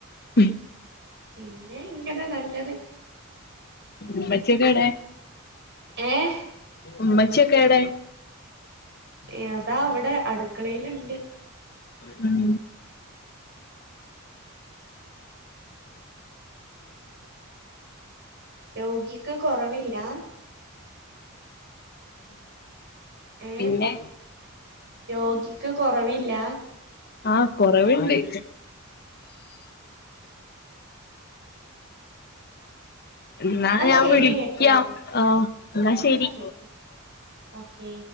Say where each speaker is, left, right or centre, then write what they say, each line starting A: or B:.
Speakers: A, on the left (about 50°); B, on the right (about 55°).
A: ഉം
B: പിന്നെ ഇങ്ങനെ നല്ലത്.
A: മ്മച്ചിയൊക്കെഎടെ?
B: ഏഹ്
A: ഉമ്മച്ചി യൊക്കെവ്ടെ?
B: യതാ വടെ അട്ക്കളേല്ണ്ട്.
A: ഉം
B: രോഗിക്ക് കൊറവില്ലാ? ഏഹ്
A: പിന്നെ
B: രോഗിക്ക് കൊറവില്ല.
A: ആഹ് കൊറവ്ണ്ട്. എന്നാ ഞാൻ
B: ശരി
A: വിളിക്കാം.
B: കേട്ടോ
A: ആഹ് ന്നാ
B: okay
A: ശെരി.
B: Okay